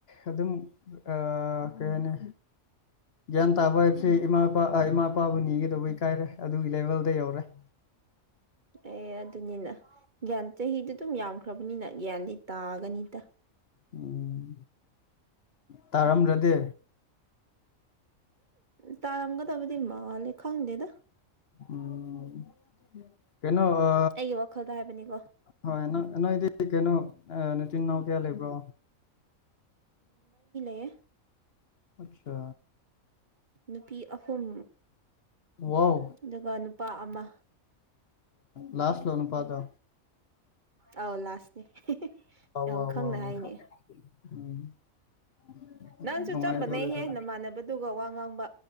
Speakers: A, on the left; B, on the right.
A: ꯑꯗꯨꯝ ꯑ ꯀꯩ ꯍꯥꯏꯅꯤ ꯒ꯭ꯌꯥꯟ ꯇꯥꯕ ꯍꯥꯏꯕꯁꯤ ꯏꯃꯥꯄꯥ ꯏꯃꯥ ꯏꯄꯥꯕꯨ ꯅꯤꯒꯗꯧꯕꯩ ꯀꯥꯏꯔꯦ ꯑꯗꯨꯒꯤ ꯂꯦꯚꯦꯜꯗ ꯌꯧꯔꯦ ꯎ
B: ꯑꯦ ꯑꯗꯨꯅꯤꯅ ꯒ꯭ꯌꯥꯟ ꯆꯍꯤꯗ ꯑꯗꯨꯝ ꯌꯥꯝꯈ꯭ꯔꯕꯅꯤꯅ ꯒ꯭ꯌꯥꯅꯤ ꯇꯥꯒꯅꯤꯗ
A: ꯎꯝ ꯇꯥꯔꯝꯗ꯭ꯔꯗꯤ
B: ꯎ ꯇꯥꯔꯪꯒ ꯇꯕꯗꯤ ꯃꯥ ꯂꯦ ꯈꯥ ꯍꯗꯦꯗ
A: ꯎ ꯀꯩꯅꯣ ꯑ
B: ꯑꯩꯒꯤ ꯋꯥꯈꯜꯗ ꯍꯥꯏꯕꯅꯤꯀꯣ
A: ꯍꯅ ꯅꯣꯏꯗꯤ ꯀꯩꯅꯣ ꯅꯨꯡꯇꯤꯟ ꯅꯥꯎ ꯀꯌꯥ ꯂꯩꯕ꯭ꯔꯣ
B: ꯀ
A: ꯑꯆꯥ
B: ꯅꯨꯄꯤ ꯑꯍꯨꯝ
A: ꯋꯥꯎ
B: ꯑꯗꯨꯒ ꯅꯨꯄꯥ ꯑꯃ
A: ꯂꯥꯁ ꯂꯅ ꯄꯥꯇꯣ
B: ꯑꯧ ꯂꯥꯁꯅꯦ
A: ꯑ
B: ꯌꯥꯝ ꯈꯪꯅ ꯍꯥꯏꯅꯦ
A: ꯑ ꯎꯝ
B: ꯅꯪꯁꯨ
A: ꯅꯨꯡꯉꯥꯏꯗꯧꯔꯦꯗ
B: ꯆꯞꯄꯅꯦꯩ ꯍꯦꯟꯅ ꯃꯥꯟꯅꯕꯗꯨꯒ ꯋꯥ ꯉꯥꯡꯕ